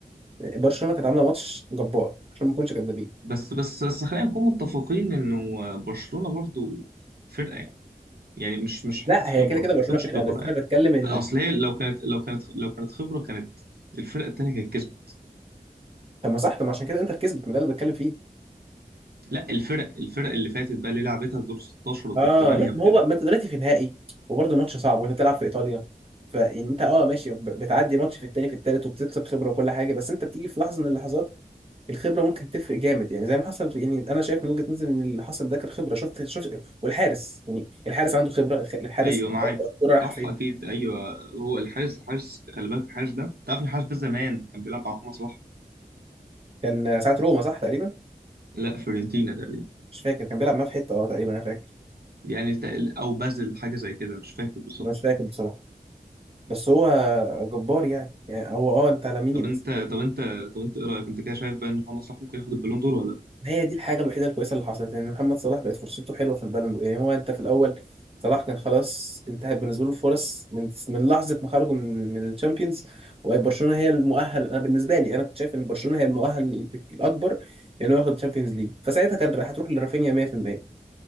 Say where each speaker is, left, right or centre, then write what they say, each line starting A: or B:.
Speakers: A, on the right (about 40°); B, on the right (about 85°).
A: برشلونه كانت عامله ماتش جبار عشان ما نكونش كدابين
B: بس بس بس خلينا نكون متفقين انه برشلونة برضو فرقة يعني يعني مش مش حتة
A: لا
B: خبرة
A: هي كده كده
B: ما اعتقدش
A: برشلونه فرقه
B: خبرة
A: بس انا
B: يعني
A: بتكلم ان
B: اصل هي لو كانت لو كانت لو كانت خبرة كانت الفرقة التانية كانت كسبت
A: طب ما صح طب ما عشان كده انتر كسبت ما ده اللي بتكلم فيه
B: لا الفرق الفرق اللي فاتت بقى اللي لعبتها في دور 16 ودور
A: اه
B: 8
A: لا
B: وكده
A: ما هو بقى ما انت دلوقتي في نهائي وبرضه ماتش صعب وانت بتلعب في ايطاليا فيعني انت اه ماشي ب- بتعدي ماتش في التاني في التالت وبتكسب خبره وكل حاجه بس انت بتيجي في لحظه من اللحظات الخبره ممكن تفرق جامد يعني زي ما حصل يعني انا شايف من وجهه نظري ان اللي حصل ده كان خبره شفت شفت والحارس يعني الحارس عنده خبره الخ- الحارس
B: ايوه معاك
A: الكوره رايحه
B: صح
A: فين
B: اكيد ايوه هو الحارس الحارس خلي بالك الحارس ده انت عارف إن الحارس ده زمان كان بيلعب مع محمد صلاح
A: كان ساعه روما صح تقريبا
B: لا فيورنتينا تقريبا
A: مش فاكر كان بيلعب معاه في حته اه تقريبا انا فاكر
B: يعني تقل- او بازل حاجة زي كده مش فاكر بالظبط
A: انا مش فاكر بصراحه بس هو جبار يعني, يعني هو اه انت على مين
B: طب انت
A: بس
B: طب انت طب انت ايه رايك انت كده شايف بقى ان محمد صلاح ممكن ياخد البالون دور ولا لا
A: ما هي دي الحاجة الوحيدة الكويسة اللي حصلت ان محمد صلاح بقت فرصته حلوة في البالون دور يعني هو انت في الاول صلاح كان خلاص انتهت بالنسبة له الفرص من من لحظة ما خرجوا من من الشامبيونز وبرشلونة هي المؤهل انا بالنسبة لي انا كنت شايف ان برشلونة هي المؤهل الاكبر انه ياخد الشامبيونز ليج فساعتها كان راح هتروح لرافينيا 100%